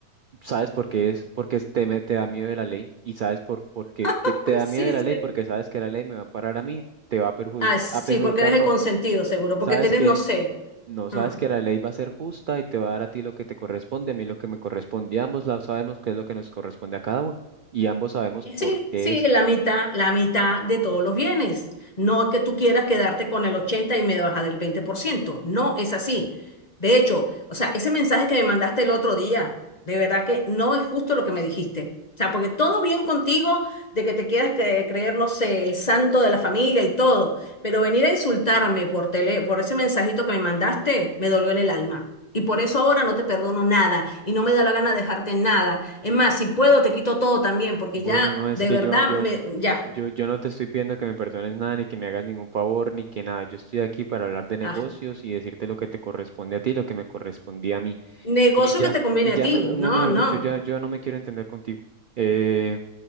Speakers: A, on the right (about 75°); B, on the left (about 30°).
A: sabes por qué es, porque es- te, me- te da miedo de la ley y sabes por, por qué que
B: <laughs>
A: te da
B: Sí,
A: miedo de la ley
B: sí.
A: porque sabes que la ley me va a amparar a mí, te va a perjudicar,
B: Ah, sí,
A: a perjudicar
B: porque eres el
A: no,
B: consentido, seguro,
A: sabes
B: porque tienes,
A: que
B: no sé.
A: no, sabes
B: Ah.
A: que la ley va a ser justa y te va a dar a ti lo que te corresponde, a mí lo que me corresponde, y ambos la- sabemos qué es lo que nos corresponde a cada uno y ambos sabemos
B: Y
A: por
B: Sí,
A: qué
B: sí,
A: es.
B: la mitad, la mitad de todos los bienes. No es que tú quieras quedarte con el 80 y me baja del 20%. No es así. De hecho, o sea, ese mensaje que me mandaste el otro día, de verdad que no es justo lo que me dijiste. O sea, porque todo bien contigo de que te quieras cre- creer, no sé, el santo de la familia y todo, pero venir a insultarme por tele, por ese mensajito que me mandaste, me dolió en el alma. Y por eso ahora no te perdono nada y no me da la gana de dejarte nada. Es más, si puedo, te quito todo también, porque
A: Bueno,
B: ya,
A: no es
B: de
A: que
B: verdad,
A: yo, yo,
B: me, ya.
A: yo, yo no te estoy pidiendo que me perdones nada, ni que me hagas ningún favor, ni que nada. Yo estoy aquí para hablar de negocios
B: Ah,
A: y decirte lo que te corresponde a ti, lo que me correspondía a mí.
B: negocio
A: Y ya,
B: que te conviene
A: y
B: a
A: ya,
B: ti.
A: me, me-
B: No,
A: mejor
B: no.
A: dicho, ya, yo no me quiero entender contigo. Eh,